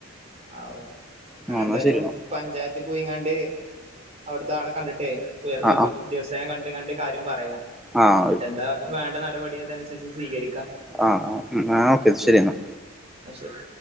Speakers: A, on the right; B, in the centre.
A: ആ ഓക്കെ ഞങ്ങളെന്താലും
B: ആഹ് എന്നാ ശരി എന്നാ
A: പഞ്ചായത്തി പോയിങ്ങാണ്ട് അവിടുത്തെ ആളെ കണ്ടിട്ടേ ഉയർന്ന
B: ആഹ്
A: ഉദ്യോ
B: ആഹ്
A: ഉദ്യോഗസ് നെ കണ്ട് കണ്ട് കാര്യം പറയാ
B: ആഹ്
A: എന്നിട്ടെന്താ വേണ്ട നടപടി അതനുസരിച്ച് സ്വീകരിക്കാ
B: ആഹ് -ആഹ് ഉം ഓക്കെ ശരി അന്നാ
A: അഹ് ശരി